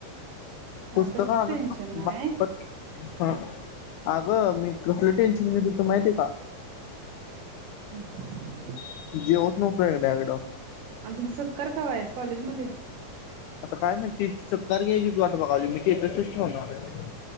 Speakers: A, on the left; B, on the right.
A: पुस्तक
B: अभ्यासाच
A: आणून
B: टेन्शन नाही
A: फक्त अ अगं मी कसलं टेन्शन घेत होतो माहित आहे का?
B: <unintelligible>
A: <unintelligible>
B: आण तुमचा सत्कार कवा हाय कॉलेज मध्ये?
A: आता काय माहिती सत्कार घ्यायचीच वाट बघालोय मी स्टेटसच ठेवणार हाय.